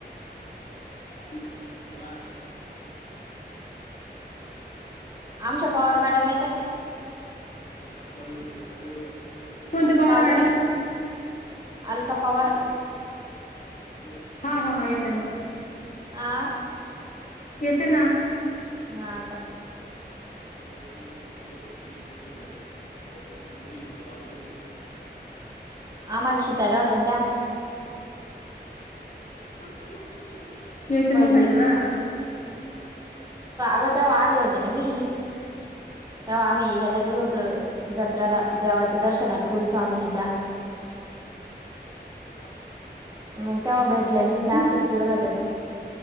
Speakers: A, on the left (about 45°); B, on the right (about 20°).
A: आपली <unintelligible> पडत तर व <inaudible>
B: आमच्या पवार मॅडम य
A: अ <unintelligible> कोणत्या पवार
B: का
A: मॅडम
B: ग? अलका पवार
A: <inaudible> हा- हा येत ना.
B: आ
A: येते ना.
B: ह का?
A: <unintelligible> ी ब गेली. <unintelligible> लावडो
B: आम्हीला शिकायला होत्या. त्या
A: <inaudible> याच
B: पहिले
A: मग भेटायला.
B: अ तेव्हा आले होते ना मी तेव्हा आम्ही याला गेलो होतो <inaudible> जत्रला देवाच्या दर्शनाला कुलस्वामिनी त्या
A: <unintelligible>
B: मग तेव्हा भेटल्या नाही त्या आज सुट्टीवर होत्या तर.